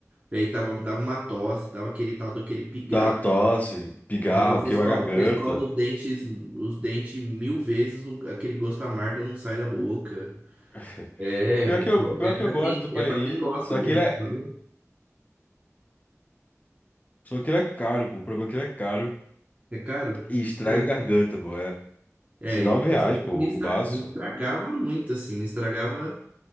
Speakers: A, on the right; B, on the left.
A: E aí tava, dava uma tosse, dava aquele tal daquele pigarro.
B: Dá tosse, pigarro,
A: O negócio, você
B: queima
A: escova,
B: a garganta.
A: você escova os dentes, os dentes mil vezes, o- aquele gosto amargo não sai da boca.
B: <laughs>
A: É,
B: Pior que eu,
A: pô,
B: pior
A: é
B: que
A: para
B: eu gosto
A: quem,
B: do paeirinho,
A: é para quem gosta
B: só
A: mesmo.
B: que ele é,
A: viu?
B: só que ele é caro, pô. O problema é que ele é caro
A: É caro?
B: e
A: Não
B: estraga
A: lembro.
B: a garganta, pô. É
A: É,
B: 19
A: e
B: reais,
A: eu sei que
B: pô,
A: me
B: o
A: estra-
B: baço.
A: me estragava muito, assim, me estragava